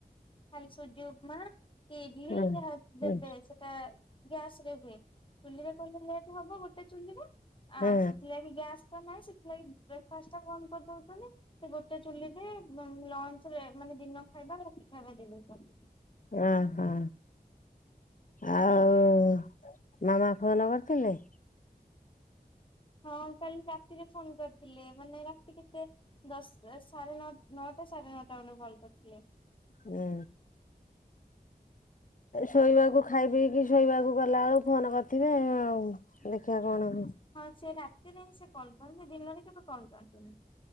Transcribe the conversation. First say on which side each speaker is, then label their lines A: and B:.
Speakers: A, on the left (about 30°); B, on the left (about 55°).
A: ଖଲ୍ ସୁଜି ଉପମା କି ଇଡ୍ଲି
B: ହୁଁ।
A: ଯାହା
B: ହୁଁ
A: ଦେବେ ସେଠି ଟା ଗ୍ୟାସ୍ ରେ ହୁଏ ଚୁଲିରେ କଲେ ଲେଟ୍ ହେବ ଗୋଟେ ଚୁଲିରେ
B: ହୁଁ
A: ଆଉ ସେଥିଲାି ଗ୍ୟାସ୍ ତ ନାଇଁ ସେଥିଲାଗି ବ୍ରେକ୍ଫାଷ୍ଟ ଟା ବନ୍ଦ କରିଦଉଛନ୍ତି ସେ ଗୋଟେ ଚୁଲିରେ ଉଁ ଲଞ୍ଚ୍ ରେ ମାନେ ଦିନ ଖାଇବା ରାତି ଖାଇବା ଦେଇଦଉଛନ୍ତି
B: ହଁ ହଁ ଆଉ ମାମା ଫୋନ୍ କରିଥିଲେ।
A: ହଁ କାଲି ରାତିରେ ଫୋନ୍ କରିଥିଲେ ମାନେ ରାତି କେତେ? ଦଶ୍ ସାଢେ ନଅ ନଅଟା ସାଢେ ନଅଟା ବେଳକୁ କଲ୍ କରିଥିଲେ।
B: ହୁଁ ଶୋଇବାକୁ ଖାଇ ପିଇକି ଶୋଇବାକୁ ଗଲା ବେଳକୁ ଫୋନ କରିଥିବେ ଆଉ। ଦେଖିବା କଣ
A: ହଁ ସେ ରାତିରେ ହିଁ ସେ କଲ୍ କରନ୍ତି ଦିନରେ କେବେ କଲ୍ କରନ୍ତିନି